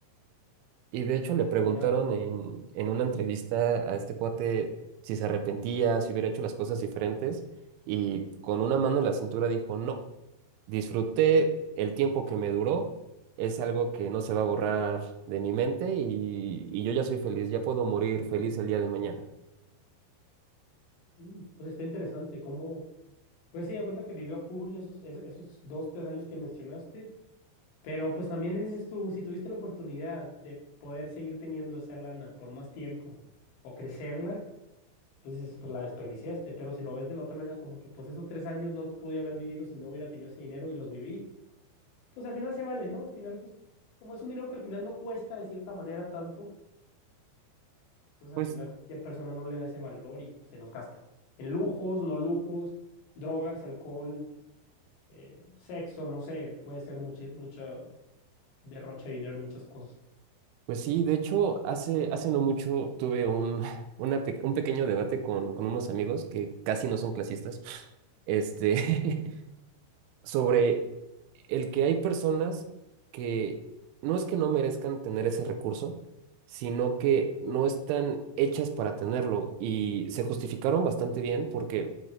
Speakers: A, on the right (about 85°); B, on the left (about 70°).
A: Y de hecho
B: como
A: le
B: oportunidad
A: preguntaron
B: a futuro.
A: en, en una entrevista a este cuate si se arrepentía, si hubiera hecho las cosas diferentes, y con una mano en la cintura dijo, no, disfruté el tiempo que me duró, es algo que no se va a borrar de mi mente y, y yo ya soy feliz, ya puedo morir feliz el día de mañana.
B: Mm, pues está interesante, cómo pues sí, da cuenta que vivió a full esos, es- esos dos, tres años que mencionaste, pero pues también dices tú, si tuviste la oportunidad de poder seguir teniendo esa lana por más tiempo o crecerla pues dices, pues la desperdiciaste, pero si lo ves de la otra manera, como que pues esos tres años no los pude haber vivido si no hubiera tenido ese dinero y los viví, pues al final se vale, ¿no? Al final, pues como es un dinero que al final no cuesta de cierta manera tanto, entonces
A: Pues,
B: al final cualquier persona no le da ese valor y pues, se los gasta. En lujos, no lujos, drogas, alcohol, eh, sexo, no sé, puede ser mucho, mucho derroche de dinero en muchas cosas.
A: pues sí, de hecho, hace, hace no mucho tuve un, <laughs> una pe- un pequeño debate con, con unos amigos que casi no son clasistas. Este, <laughs> sobre el que hay personas que no es que no merezcan tener ese recurso, sino que no están hechas para tenerlo y se justificaron bastante bien porque